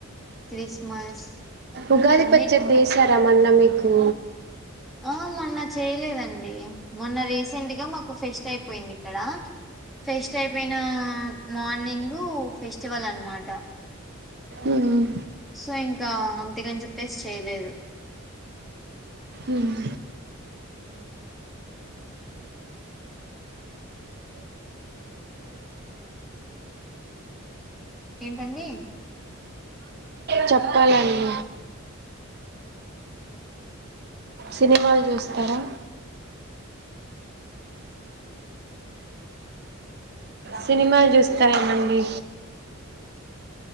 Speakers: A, in the centre; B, on the right.
A: క్రిస్మస్
B: ఉగాది
A: అన్నిటికి
B: పచ్చడి దీశారా మొన్న మీకు
A: ఆ మొన్న చేయలేదండి మొన్న రీసెంట్ గా మాకు ఫెస్ట్ అయి పోయింది ఇక్కడ ఫెస్ట్ అయిపోయిన మార్నింగ్ ఫెస్టివల్ అనమాట
B: ఉమ్
A: సో ఇంకా అంతకని చెప్పేసి చేయలేదు
B: ఉమ్
A: అ ఏంటండి
B: చెప్పాలండి సినిమాలు చూస్తారా సినిమాలు చూస్తార ఏమండి